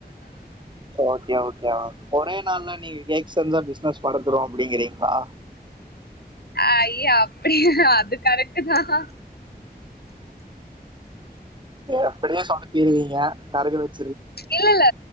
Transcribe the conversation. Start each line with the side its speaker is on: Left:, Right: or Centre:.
Right: ஓகே ஓகே மேம் ஒரே நாள்லாம் நீங்க கேக் <unintelligible> சினஸ் படத்தறோம் அப்படிங்கறீங்களா
Left: ஐய அப்டி அது கரெக்ட் தான்
Right: அப்டியே சோதபிருவிங்க <unintelligible>
Left: இல்லல்ல